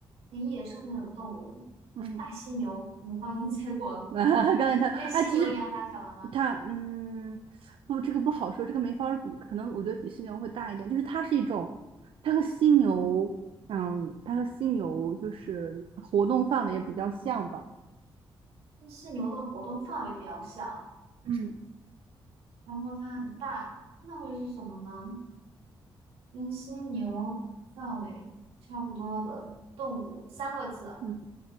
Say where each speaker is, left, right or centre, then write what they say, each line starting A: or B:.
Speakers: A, on the right (about 90°); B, on the right (about 70°).
A: 跟野生那种动物，
B: 嗯，
A: 大犀牛，我们刚已经猜过了，
B: <laughs> 刚才它，
A: 跟犀牛一样大小的吗？
B: 哎，其实它，嗯，不，这个不好说，这个没法儿比，可能我觉得比犀牛会大一点。就是它是一种，它和犀牛，嗯，它和犀牛就是活动范围也比较像吧。
A: 跟犀牛的活动范围比较小，
B: 嗯
A: 然后它很大，那会是什么呢？跟犀牛范围差不多的动物，三个字，
B: 嗯，